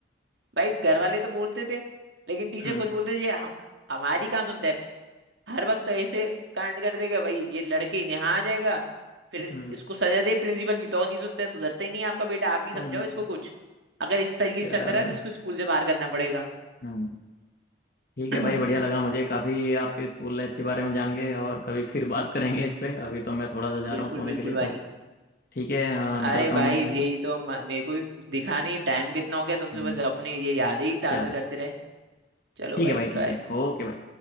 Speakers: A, on the right; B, on the left.
A: भाई घर वाले तो बोलते थे लेकिन टीचर
B: हम्म
A: खुद बोलते थे ये हम हमारी कहाँ सुनता है हर वक्त तो ऐसे कांड कर देगा भाई ये लड़के यहाँ आ जाएगा फिर
B: हम्म
A: इसको सजा दे प्रिंसिपल भी तो नहीं सुनता है सुधरता ही नहीं है आपका बेटा आप ही समझाओ
B: हम्म
A: इसको कुछ अगर इस तरीके
B: चलो
A: से चलता रहा तो इसको स्कूल से बाहर करना पड़ेगा
B: हम्म ठीक
A: <clears throat>
B: है भाई बढ़िया लगा मुझे काफ़ी आपके स्कूल लाइफ के बारे में जान के और कभी फिर बात करेंगे इस पे अभी तो मैं थोड़ा सा जा रहा
A: बिल्कुल
B: हूँ सोने
A: बिल्कुल
B: के लिए
A: भाई
B: तो ठीक है हाँ,
A: अरे
B: निकलता
A: भाई
B: हूँ मैं
A: यही
B: ठीक है
A: तो म- मेरे को भी दिखा नहीं टाइम कितना हो गया तुमसे
B: हम्म।
A: बस अपने ये यादें ही ताजा
B: चलो
A: करते रहे चलो
B: ठीक
A: भाई
B: है भाई ठीक
A: बाय
B: है ओके भाई